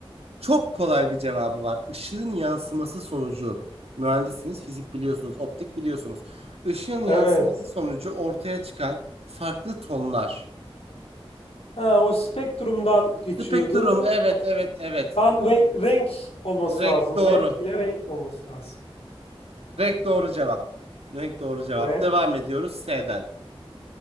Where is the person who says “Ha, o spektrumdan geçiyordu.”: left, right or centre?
Left